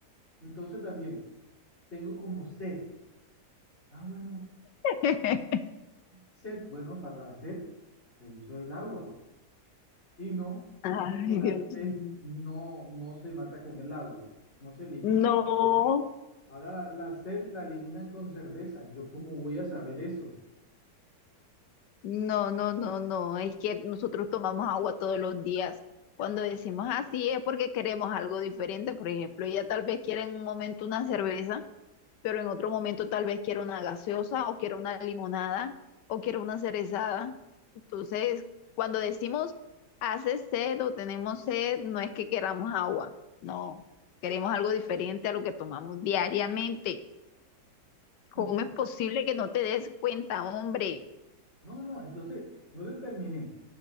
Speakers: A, on the left (about 40°); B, on the left (about 85°).
A: Entonces también, tengo como sed. Ah, bueno,
B: <laughs>
A: sed. Bueno, para la sed se hizo el agua. Y no,
B: Ay,
A: resulta que la
B: Dios
A: sed
B: mío.
A: no, no se mata con el agua, no se elimina
B: No.
A: con el agua. Ahora la, la sed la eliminan con cerveza. ¿Yo cómo voy a saber eso?
B: No, no, no, no. Es que nosotros tomamos agua todos los días. Cuando decimos así es porque queremos algo diferente. Por ejemplo, ella tal vez quiera en un momento una cerveza, pero en otro momento tal vez quiera una gaseosa o quiera una limonada o quiera una cerezada. Entonces, cuando decimos hace sed o tenemos sed, no es que queramos agua. No, queremos algo diferente a lo que tomamos diariamente. ¿Cómo
A: <laughs>
B: es posible que no te des cuenta, hombre?
A: No, no, entonces no te terminé.